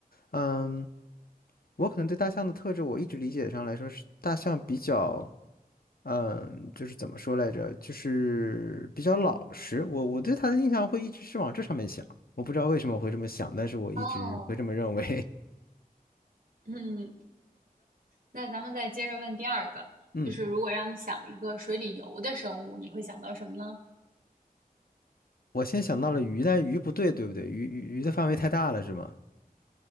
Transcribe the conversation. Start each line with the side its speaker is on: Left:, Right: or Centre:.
Left: 嗯，我可能对大象的特质，我一直理解上来说是大象比较。嗯，就是怎么说来着，就是比较老实。我我对他的印象会一直是往这上面想，我不知道为什么我会这么想，但是我一直会这么认为。
Right: 哦，嗯，那咱们再接着问第二个，
Left: <laughs> 嗯，
Right: 就是如果让你想一个水里游的生物，你会想到什么呢？
Left: 我先想到了鱼，但鱼不对，对不对？鱼鱼鱼的范围太大了，是吗？